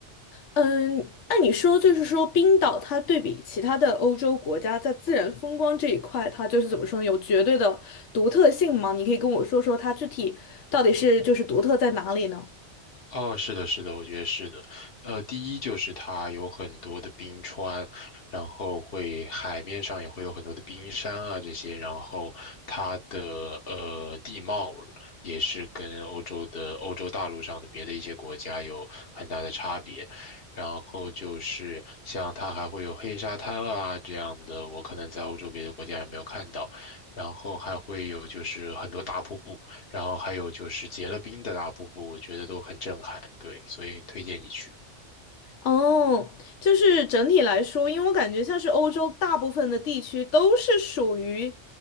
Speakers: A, on the left (about 80°); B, on the left (about 55°).
A: 嗯，那你说，就是说冰岛它对比其他的欧洲国家，在自然风光这一块，它就是怎么说呢？有绝对的独特性吗？你可以跟我说说它具体到底是就是独特在哪里呢？
B: 哦，是的，是的，我觉得是的。呃，第一就是它有很多的冰川，然后会海面上也会有很多的冰山啊这些，然后它的呃地貌也是跟欧洲的欧洲大陆上的别的一些国家有很大的差别。然后就是像它还会有黑沙滩啊这样的，我可能在欧洲别的国家也没有看到。然后还会有就是很多大瀑布。然后还有就是结了冰的大瀑布，我觉得都很震撼，对，所以推荐你去。
A: 哦，就是整体来说，因为我感觉像是欧洲大部分的地区都是属于，